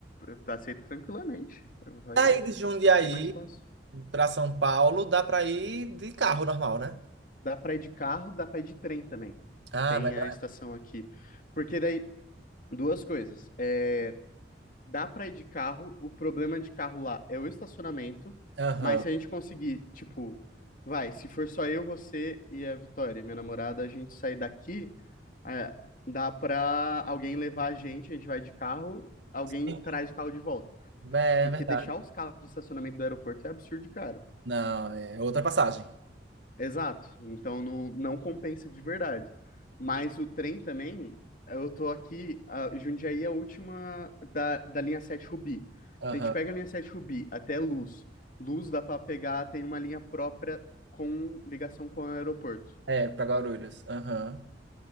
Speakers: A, on the left; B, on the right.
A: eu aceito tranquilamente. Vai,
B: Daí de Jundiaí
A: fica mais fácil.
B: para São Paulo, dá para ir de carro normal, né?
A: Dá pra ir de carro, dá pra ir de trem também.
B: Ah,
A: Tem
B: mas.
A: a estação aqui. Porque daí, duas coisas. É, dá pra ir de carro, o problema de carro lá é o estacionamento,
B: Aham.
A: mas se a gente conseguir, tipo, vai, se for só eu, você e a Vitória, minha namorada, a gente sair daqui. É, dá pra alguém levar a gente, a gente vai de carro, alguém
B: É,
A: traz o carro de volta.
B: é
A: Porque
B: verdade.
A: deixar os carros no estacionamento do aeroporto é absurdo de caro.
B: Não, é outra passagem.
A: Exato. Então não, não compensa de verdade. Mas o trem também, eu tô aqui, a Jundiaí é a última da, da linha 7 Rubi.
B: Aham.
A: Se a gente pega a linha 7 Rubi até Luz, Luz dá pra pegar, tem uma linha própria com ligação com o aeroporto.
B: É, para Guarulhos. Aham.